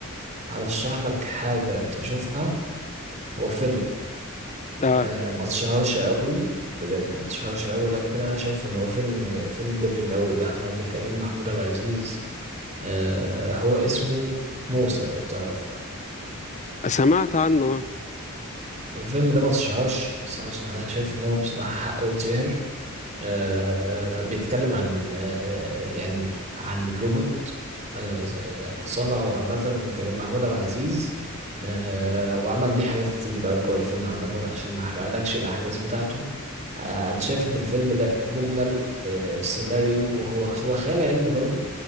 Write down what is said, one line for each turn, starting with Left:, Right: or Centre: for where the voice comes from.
Right: هرشح لك حاجة تشوفها هو فيلم
Left: اه
Right: آه ما تشهرش قوي بجد ما تشهرش قوي لكن انا شايف ان هو فيلم فيلم جميل قوي لاحمد لكريم محمود عبد العزيز آه هو اسمه موسى لو بتعرف
Left: سمعت عنه
Right: الفيلم ده ما تشهرش بس انا انا شايف ان هو بصراحة حقه يتشهر آه، بيتكلم عن آه، يعني عن روبوت آه، آه، صنعه عامة كريم محمود عبد العزيز آه، وعمل بيه حاجات كتير بقى جوه الفيلم عامة عشان ما احرقلكش الأحداث بتاعته آه، أنا شايف إن الفيلم ده مجمل آه، السيناريو هو هو خيال علمي برضو